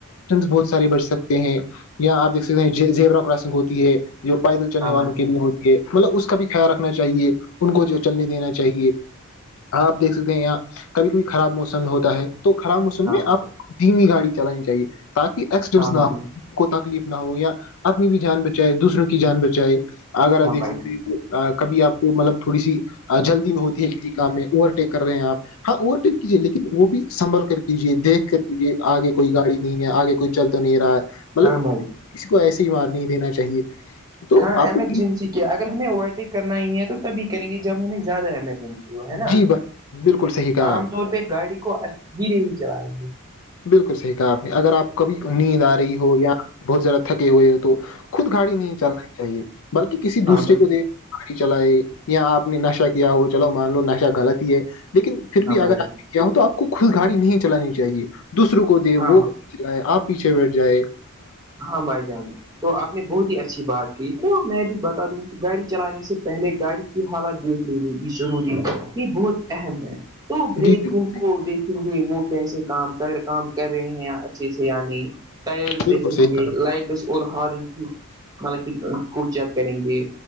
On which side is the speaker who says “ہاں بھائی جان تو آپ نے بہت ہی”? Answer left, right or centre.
Right